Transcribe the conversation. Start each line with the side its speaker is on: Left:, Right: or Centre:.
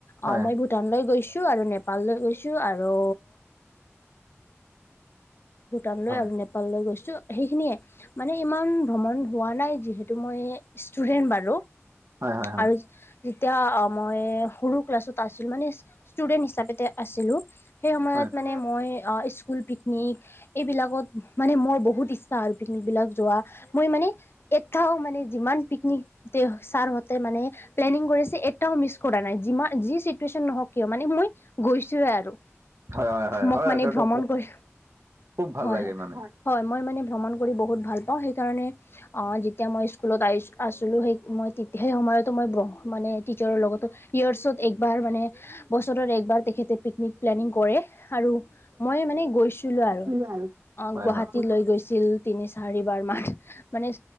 Right: হয়
Left: অ মই ভূটানলৈ গৈছো আৰু নেপাললৈ গৈছো। আৰু ভূটান লৈ
Right: হয়
Left: আৰু নেপাল লৈ গৈছো। সেইখিনিয়ে মানে ইমান ভ্ৰমণ হোৱা নাই, যিহেতু মই ষ্টুডেন্ট বাৰু
Right: হয় হয় হয়
Left: আৰু যি যেতিয়া মই সৰু ক্লাছত আছিলোঁ, মানে ষ্টুডেন্ট হিচাপেতে আছিলোঁ! সেই সময়ত
Right: হয়
Left: মানে মই অ' স্কুল পিকনিক। এইবিলাকত মানে মোৰ বহুত ইচ্ছা আৰু পিকনিক বিলাকত যোৱা। মই মানে- এটাও মানে যিমান পিকনিক <inaudible> ছাৰহঁতে মানে- প্লেনিং কৰিছে এটাও মিছ কৰা নাই, যিমান যি চিটুৱেচন নহওঁক কিয় মানে মই- গৈছোয়ে আৰু।
Right: হয় হয় হয়
Left: মোক
Right: হয়
Left: মানে
Right: আচলতে
Left: ভ্ৰমণ কৰি
Right: খুব ভাল
Left: হয়-হয়।
Right: লাগে মানে অ
Left: হয়, মই মানে ভ্ৰমণ কৰি বহুত ভাল পাওঁ সেইকাৰণে অঁ', যে- তিয়া মই স্কুলত আহ আছিলোঁ সেই মই তেতিয়া সেই সময়তো মই ব্ৰ- মানে টিচাৰৰ লগতো ইয়াৰ্চত- একবাৰ মানে বছৰত একবাৰ তেখেতে পিকনিক প্লেনিং কৰে, আৰু- মই মানে গৈছিলো আৰু।
Right: <inaudible>
Left: অঁহ', গুৱাহাটী
Right: হয় হয়
Left: লৈ গৈছিল তিনি-চাৰিবাৰ মান, মানে